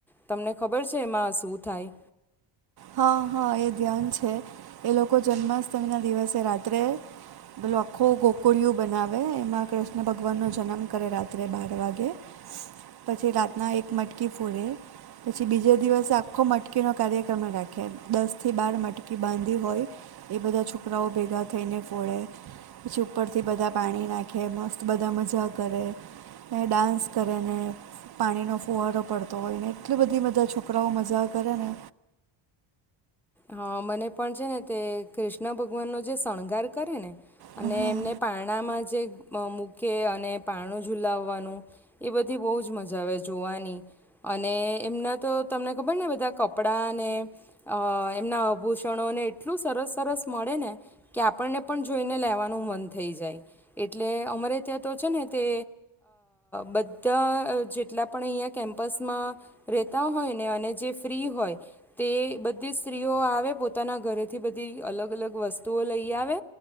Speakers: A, in the centre; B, on the right (about 50°).
A: તમને ખબર છે એમાં શું થાય?
B: હા હા. એ ધ્યાન છે. એ લોકો જન્માષ્ટમીના દિવસે રાત્રે પેલું આખું ગોકુળિયું બનાવે. એમાં કૃષ્ણ ભગવાનનો જનમ કરે રાત્રે બાર વાગે. પછી રાતના એક મટકી ફોરે, પછી બીજે દિવસે આખો મટકીનો કાર્યક્રમ રાખે દસથી બાર મટકી બાંધી હોય. એ બધા છોકરાઓ ભેગા થઈને ફોડે. પછી ઉપરથી બધા પાણી નાખે, મસ્ત બધા મજા કરે, ને ડાન્સ કરે ને, પાણીનો ફુવારો પડતો હોય. ને એટલી બધી બધા છોકરાઓ મજા કરે ને!
A: હા મને પણ છે ને, તે કૃષ્ણ ભગવાનનો જે શણગાર કરે ને અને
B: હા
A: એમને પારણામાં જ જે મૂકે અને પારણું ઝુલાવવાનું, એ બધી બહુ જ મજા આવે જોવાની. અને એમના તો તમને ખબર ને બધા કપડાને એમના આભૂષણોને એટલું સરસ સરસ મળે ને, કે આપણને પણ જોઈને લેવાનું મન થઈ જાય. એટલે અમારે ત્યાં તો છે ને, તે બધા જેટલા પણ અહીંયા કેમ્પસમાં રહેતા હોય ને, અને જે ફ્રી હોય તે બધી સ્ત્રીઓ આવે પોતાના ઘરેથી બધી અલગ અલગ વસ્તુઓ લઈ આવે,